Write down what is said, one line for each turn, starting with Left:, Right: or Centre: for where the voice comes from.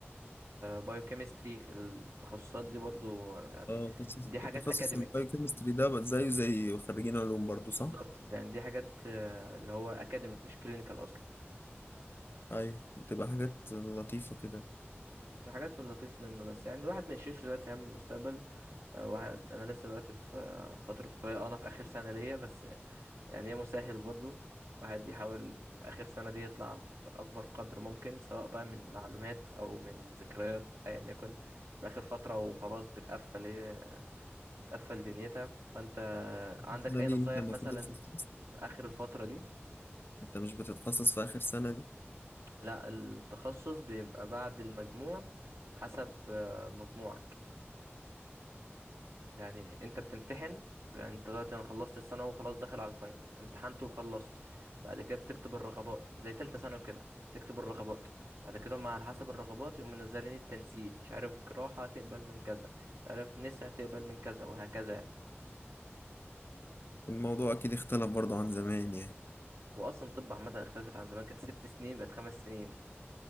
Right: بايوكيمستري التخصصات دي برضو يعني
Left: اه تخصص
Right: دي حاجات
Left: تخصص
Right: اكاديميك
Left: البايوكيمستري ده بقى زيه زي خريجين علوم برضو
Right: بالظبط
Left: صح؟
Right: ده يعني دي حاجات آه، اللي هو اكاديميك مش كلينيكال اصلا
Left: ايوه بتبقى حاجات لطيفة كده
Right: دي حاجات في اللطيف منه بس يعني الواحد ما يشيلش دلوقتي هم المستقبل آه، واحد انا لسه دلوقتي في آه، فتره الكليه آه، انا في اخر سنه ليا بس يعني يا مسهل برضه الواحد يحاول في آخر سنة دي يطلع بأكبر قدر ممكن سواء بقى من معلومات أو من ذكريات أيا يكن في آخر فترة وخلاص بتقفل هي بتقفل دنيتها فأنت عندك
Left: السنة
Right: أي
Left: دي
Right: نصايح
Left: انت المفروض
Right: مثلا
Left: تتخصص
Right: في آخر الفترة دي؟
Left: انت مش بتتخصص في اخر سنة دي
Right: لا التخصص بيبقى بعد المجموع حسب آه، مجموعك يعني انت بتمتحن يعني انت دلوقتي انا خلصت الثانوي وخلاص داخل على الفاينل امتحنت وخلصت بعد كده بتكتب الرغبات زي تالتة ثانوي كده تكتب الرغبات بعد كده هم على حسب الرغبات يقوم منزلين التنسيق مش عارف جراحة هتقبل من كذا مش عارف نسا هتقبل من كذا وهكذا يعني
Left: الموضوع اكيد اختلف برضو عن زمان يعني
Right: هو اصلا طب عامة اختلفت عن زمان كانت ست سنين بقت خمس سنين